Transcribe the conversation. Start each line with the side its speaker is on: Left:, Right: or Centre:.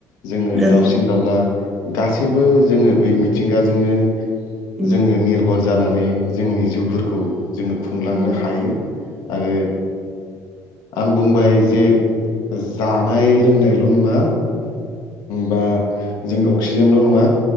Left: जोङो
Centre: ओं
Left: दाउसिन दाउला गासैबो जोङो बे मिथिंगाजोंनो
Centre: उम
Left: जोङो निर्भर जानानै जोंनि जिउफोरखौ जोङो खुंलांनो
Centre: उम
Left: हायो आरो आं बुंबाय जे जानाय लोंनाय ल' नङा बा जों अक्सिजेनल' नङा